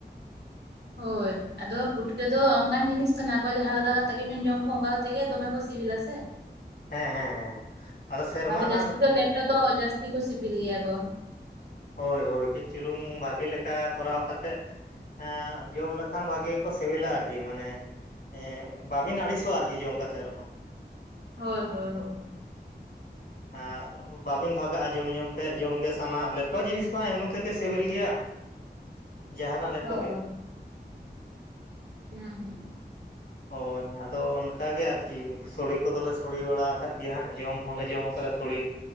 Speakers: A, on the right; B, on the left.
A: ᱦᱳᱭ ᱟᱫᱚ ᱯᱩᱴᱠᱟᱹ ᱫᱚ ᱚᱱᱠᱟᱱ ᱡᱤᱱᱤᱥ ᱠᱟᱱᱟ ᱠᱚ ᱡᱟᱦᱟᱸ ᱞᱮᱠᱟ ᱠᱟᱛᱮᱜ ᱜᱮᱵᱤᱱ ᱡᱚᱢ ᱠᱚᱣᱟ ᱚᱱᱠᱟ ᱠᱟᱛᱮ ᱜᱮ ᱫᱚᱢᱮ ᱠᱚ ᱥᱤᱵᱤᱞᱟ ᱥᱮ?
B: ᱦᱮᱸ ᱦᱮᱸ ᱦᱮᱸ᱾ ᱥᱮᱨᱢᱟ
A: ᱟᱫᱚ
B: ᱨᱮᱱᱟᱜ
A: ᱡᱟᱹᱥᱛᱤ ᱫᱚ ᱞᱮᱴᱚ ᱫᱚ ᱡᱟᱹᱥᱛᱤ ᱠᱚ ᱥᱤᱵᱤᱞ ᱜᱮᱭᱟ ᱠᱚ᱾
B: ᱦᱳᱭ ᱦᱳᱭ ᱠᱟᱹᱡ ᱪᱩᱞᱩᱝ ᱵᱷᱟᱹᱜᱮ ᱞᱮᱠᱟ ᱠᱚᱨᱟᱣ ᱠᱟᱛᱮᱫ ᱦᱮᱸ ᱡᱚᱢ ᱞᱮᱠᱷᱟᱱ ᱵᱷᱟᱜᱮ ᱜᱮᱠᱚ ᱥᱮᱵᱮᱞᱟ ᱟᱨᱠᱤ ᱢᱟᱱᱮ ᱦᱮᱸ ᱵᱟᱵᱤᱱ ᱟᱹᱲᱤᱥᱚᱜᱼᱟ ᱟᱨᱠᱤ ᱡᱚᱢ ᱠᱟᱛᱮᱫ ᱨᱮᱦᱚᱸ᱾
A: ᱦᱳᱭ ᱦᱳᱭ ᱦᱳᱭ᱾
B: ᱟᱨ ᱵᱟᱵᱤᱱ ᱵᱷᱟᱜᱟᱜᱼᱟ ᱡᱚᱢ ᱡᱚᱢ ᱛᱮ ᱡᱚᱢᱜᱮ ᱥᱟᱱᱟ ᱞᱮ ᱴᱚ ᱡᱤᱱᱤᱥ ᱢᱟ ᱮᱢᱱᱤ ᱛᱮᱜᱮ ᱥᱮᱵᱮᱞ ᱜᱮᱭᱟ ᱡᱟᱦᱟᱱᱟᱜ ᱞᱮᱴᱚ
A: ᱦᱳᱭ
B: ᱜᱮ᱾
A: ᱦᱩᱸ ᱦᱩᱸ᱾
B: ᱦᱳᱭ ᱦᱟᱸᱜ᱾ ᱟᱫᱚ ᱚᱱᱠᱟᱜᱮ ᱟᱨᱠᱤ ᱥᱳᱲᱮ ᱠᱚᱫᱚᱞᱮ ᱥᱳᱲᱮ ᱵᱟᱲᱟ ᱟᱠᱟᱫ ᱜᱮᱭᱟ ᱦᱟᱸᱜ ᱡᱚᱢ ᱦᱚᱸᱞᱮ ᱡᱚᱢ ᱠᱟᱫᱟ ᱥᱳᱲᱮ᱾